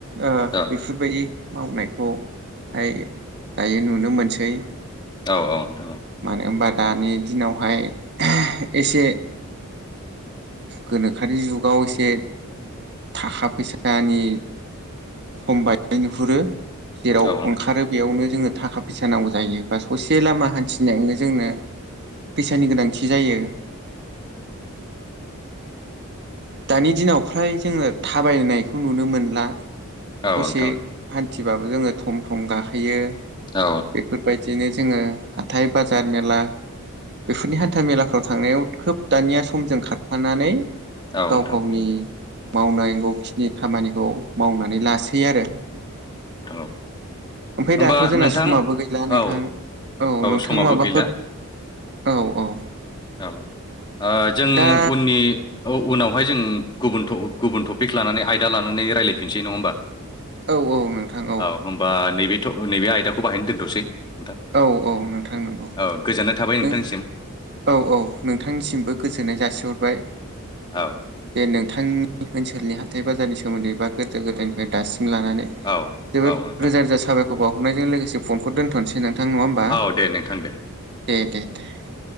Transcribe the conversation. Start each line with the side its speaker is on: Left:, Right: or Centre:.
Right: ओ
Left: औ
Right: बेफोरबायदि मावनाय बे खौहाय दायो नुनो मोनसै
Left: औ औ नोंथां औ
Right: मानो होनबा दानि दिनावहाय एसे गोनोखोनि जुगाव एसे थाखा फैसानि सम बाय नुहुरो जेराव
Left: औ नोंथां औ
Right: ओंखारो बेयावनो जोंनो थाखा फैसा नांगौ जायो बा ससे लामा हान्थिनायावनो जोंनो फैसानि गोनांथि जायो। दानि दिनाव फ्राय जोङो थाबायनायखौ नुनो मोनला ससे
Left: नोंथां औ नोंथां औ नोंथां औ नोंथां औ नोंथां
Right: हान थिबाबो जोङो थम थम गाखोयो
Left: औ
Right: बेफोरबायदिनो जोङो हाथथाय बाजार मेला बेफोरनि हान्था मेलाफ्राव थांनायाव खोब दानिया समजों खारफानानै
Left: औ नोंथां
Right: गाव गावनि मावनांगौ खिनि खामानिखौ मावनानै लासै आरो थां
Left: औ
Right: ओमफाय
Left: होमबा
Right: दाथ' जोंना
Left: नोंथां
Right: समाबो गैला नोंथां
Left: औ
Right: औ नोंथां
Left: समाबो
Right: माबाफोर
Left: गैला
Right: औ औ
Left: औ ओ जों
Right: दा
Left: उननि औ उनावहाय जों गुबुन गुबुन टपिक लानानै आयदा लानानै रायज्लायफिनसै नङा होमबा
Right: औ औ नोंथां
Left: औ हबा नैबे नैबे आयदाखौ बाहायनो दोनथ'सै नोंथां
Right: औ औ नोंथां नंगौ
Left: औ गोजोननाय थाबाय
Right: नों
Left: नोंथांसिम
Right: औ औ नोंथांनिसिमबो गोजोननाय जासिहरबाय
Left: औ
Right: जे नोंथां आं ओनसोलनि हाथाथाय बाजनि सोमोन्दै बा गोदो गोदायनिफ्राय दासि लानानै
Left: औ
Right: जोबोर
Left: औ नोंथां
Right: रोजा रोजा साबायखौ बावहरनायजों लोगोसे फनखौ दोनथ'नोसै नोंथां नङा होमबा
Left: औ दे नोंथां दे
Right: दे दे दे औ